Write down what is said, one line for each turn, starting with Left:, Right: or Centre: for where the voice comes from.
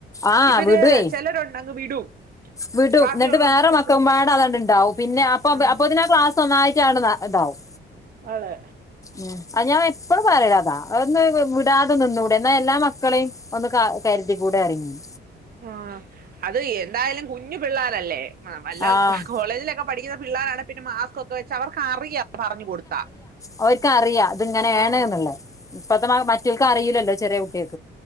Left: ആഹ്
Right: ഇവര്
Left: വിടുവേ
Right: ചിലരുണ്ട് അങ്ങ് വിടും
Left: വിടും
Right: ബാക്കിയുള്ളവർക്ക്
Left: എന്നിട്ട് വേറെ
Right: പിടിച്ചോട്ടെ
Left: മക്ക മുമ്പാടെ അതാണ്ട്ണ്ടാവും പിന്നെ അപ്പൊ
Right: ആഹ്
Left: അപ്പൊ ഇതിന ക്ലാസ് ഒന്നായിട്ടവിടെ ഇതാവും
Right: ആളെ
Left: ഉം അത് ഞാൻ എപ്പഴും പറയന്നതാ ഒന്ന് വിടാതെ നിന്നുകൂടെ എന്നാ എല്ലാം മക്കളെയും ഒന്ന് കരുതി കൂടെ അറയും ഞൻ
Right: ആഹ് അത് എന്തായാലും കുഞ്ഞു പിള്ളാരല്ലേ വല്ല
Left: ആഹ്
Right: കോളേജിലൊക്കെ പഠിക്കുന്ന പിള്ളോരാണ് പിന്നെ മാസ്ക് ഒക്കെ വെച്ച് അവർക്ക് അറിയാ പറഞ്ഞു കൊടുത്താ
Left: അവർക്കറിയാം അത് ഇങ്ങനെയാണ്
Right: ആഹ്
Left: എന്നുള്ളത് ഇപ്പത്തെ മറ്റൾക്ക് അറിയില്ലല്ലോ ചെറിയ കുട്ടികക്ക്